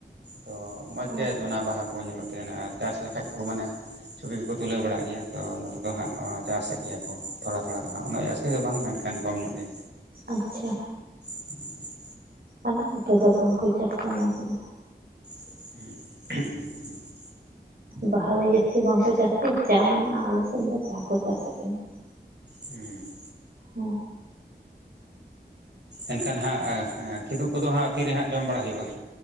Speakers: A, on the right; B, on the right.
A: ᱛᱚ ᱢᱚᱸᱡᱽ
B: ᱦᱮᱸ
A: ᱜᱮ ᱚᱱᱟ ᱵᱟᱦᱟ ᱠᱚ ᱧᱮᱞᱚᱜ ᱛᱟᱦᱮᱱᱟ ᱟᱨ ᱪᱟᱥ ᱞᱮᱠᱷᱟᱡ ᱠᱚ ᱢᱟᱱᱮ ᱪᱷᱩᱵᱤ ᱠᱚᱠᱚ ᱛᱩᱞᱟᱹᱣ ᱵᱟᱲᱟᱜ ᱜᱮᱭᱟ᱾ ᱛᱚ ᱱᱚᱛᱮ ᱫᱚ ᱦᱟᱸᱜ ᱪᱟᱥᱮᱫ ᱜᱮᱭᱟ ᱠᱚ ᱛᱷᱚᱲᱟ ᱛᱷᱚᱲᱟ ᱫᱚ ᱦᱟᱜ ᱩᱱᱟᱹᱜ ᱡᱟᱹᱥᱛᱤ ᱫᱚ ᱵᱟᱝ ᱢᱮᱱᱠᱷᱟᱱ ᱠᱚᱢ ᱧᱚᱜ ᱜᱮ
B: ᱟᱪᱪᱷᱟ
A: <inaudible>
B: ᱟᱞᱮ ᱱᱚᱛᱮ ᱫᱚ ᱵᱟᱝᱠᱚ ᱪᱟᱥ ᱟ ᱚᱱᱟ ᱠᱚᱫᱚ
A: <inaudible>
B: ᱵᱟᱦᱟ ᱫᱚ ᱡᱟᱹᱥᱛᱤ ᱵᱟᱝᱠᱚ ᱪᱟᱥ ᱜᱮᱭᱟ ᱪᱟ ᱢᱮᱱᱟᱜᱼᱟ ᱟᱞᱮᱥᱮᱫ ᱫᱚ ᱪᱟ ᱠᱚ ᱪᱟᱥᱮᱫ ᱠᱟᱱᱟ᱾
A: ᱦᱩᱸ
B: ᱦᱮᱸ
A: ᱮᱱᱠᱷᱟᱱ ᱦᱟᱸᱜ ᱠᱤᱫᱩᱵ ᱠᱚᱫᱚ ᱦᱟᱸᱜ ᱛᱤᱨᱮ ᱦᱟᱸᱜ ᱡᱚᱢ ᱵᱟᱲᱟ ᱦᱩᱭᱩᱜᱼᱟ?